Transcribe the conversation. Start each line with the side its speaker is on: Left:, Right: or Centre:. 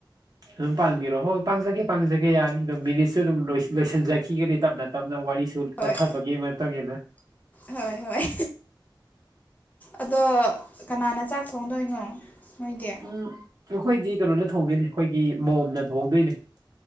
Right: ꯑꯗꯨꯝ ꯄꯥꯡꯕꯤꯔꯣ ꯍꯣꯏ ꯄꯥꯡꯖꯒꯦ ꯄꯥꯡꯖꯒꯦ ꯌꯥꯅꯤ ꯑꯗꯨꯝ ꯃꯤꯅꯤꯠꯁꯨ ꯑꯗꯨꯝ ꯂꯣꯏ ꯂꯣꯏꯁꯤꯟꯖꯈꯤꯒꯗꯤ ꯇꯞꯅ ꯇꯞꯅ ꯋꯥꯔꯤꯁꯨ
Left: ꯍꯣꯏ
Right: ꯆꯊꯥꯕꯒꯤꯕ ꯃꯇꯨꯡ ꯏꯟꯅ
Left: ꯍꯣꯏ ꯍꯣꯏ ꯑꯗꯣ ꯀꯅꯥꯅ ꯆꯥꯛ ꯊꯣꯡꯗꯣꯏꯅꯣ ꯅꯣꯏꯗꯤ
Right: ꯎꯝ ꯑꯩꯈꯣꯏꯗꯤ ꯀꯩꯅꯣꯅ ꯊꯣꯡꯗꯣꯏꯅꯤ ꯑꯩꯈꯣꯏꯒꯤ ꯃꯣꯝꯅ ꯊꯣꯡꯗꯣꯏꯅꯤ